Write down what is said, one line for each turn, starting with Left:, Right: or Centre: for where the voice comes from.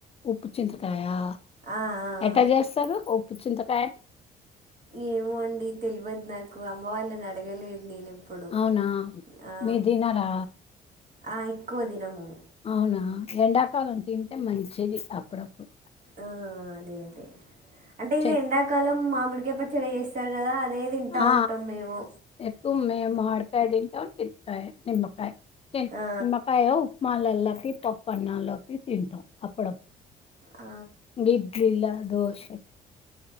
Left: ఉప్పు చింతకాయా
Right: ఆ.
Left: ఎట్ట చేస్తారు? చింతకాయ
Right: ఏమో అండి తెలివదు నాకు అమ్మ వాళ్ళని అడగలేదు నేను. ఎప్పుడు
Left: అవునా
Right: ఆ,
Left: మీర్ తినరా
Right: ఆ ఎక్కువ దినము
Left: అవునా ఎండాకాలం తింటే మంచి నే తిన్నాప్పుడప్పుడు
Right: ఆ అదే అదే అంటే ఈ
Left: చెట్
Right: ఎండాకాలం మా మిడికాయ పచ్చడి చేస్తారు కదా అదే తింటా
Left: ఆ
Right: ఉంటాం మేము
Left: ఎక్కుమె మాడు సైడింట ఉంటాయి నిమ్మకాయ కె
Right: ఆ,
Left: నిమ్మకాయ ఉప్మా లల్లా పప్పన్నాలోకి తింటాం అప్పడం
Right: ఆ,
Left: గిడ్లిల్లా దోషే